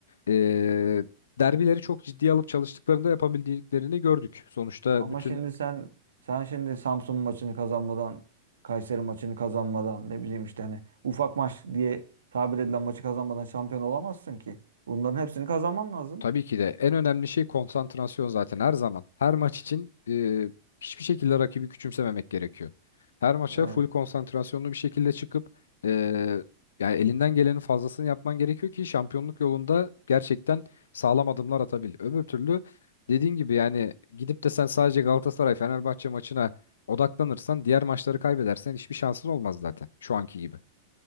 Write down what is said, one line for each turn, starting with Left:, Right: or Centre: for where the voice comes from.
Left: E, derbileri çok ciddiye alıp çalıştıklarında yapabildiklerini gördük. Sonuçta
Right: Ama
Left: bütün
Right: şimdi sen sen şimdi Samsun maçını kazanmadan Kayseri maçını kazanmadan ne bileyim işte hani ufak maç diye tabir edilen maçı kazanmadan şampiyon olamazsın ki. Bunların hepsini kazanman lazım.
Left: Tabii ki de en önemli şey konsantrasyon zaten her zaman. Her maç için e, hiçbir şekilde rakibi küçümsememek gerekiyor. Her maça
Right: Evet.
Left: full konsantrasyonlu bir şekilde çıkıp e, yani elinden gelenin fazlasını yapman gerekiyor ki şampiyonluk yolunda gerçekten sağlam adımlar atabil. Öbür türlü dediğin gibi yani gidip de sen sadece Galatasaray Fenerbahçe maçına odaklanırsan diğer maçları kaybedersen hiçbir şansın olmaz zaten şu anki gibi.